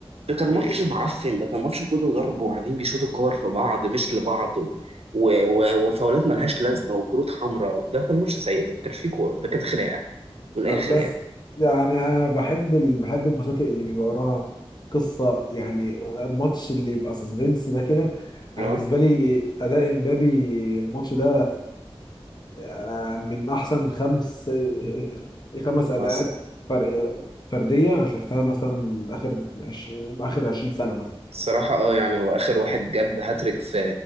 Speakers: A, on the right (about 80°); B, on the left (about 45°).
A: ده كان
B: إيه،
A: ماتش معفن ده كان ماتش كله ضرب وقاعدين بيشوطوا كور في بعض مش لبعض و... و... و... وفاولات ملهاش لازمه وكروت حمراء ده كان ماتش سيء ده ما كانش فيه كوره ده كان خناقه من الاخر
B: بس
A: يعني
B: يعني انا بحب ال... بحب الماتشات اللي بيبقى وراها قصه يعني الماتش اللي يبقى سسبنس ده كده
A: اه
B: انا بالنسبه لي اداء امبابي الماتش ده آه، من احسن خمس <laughs> خمس اداءات
A: اه الص-
B: فرق فرديه أنا شفتها مثلا اخر عش... اخر 20 سنه
A: الصراحه اه يعني هو اخر واحد جاب هاتريك في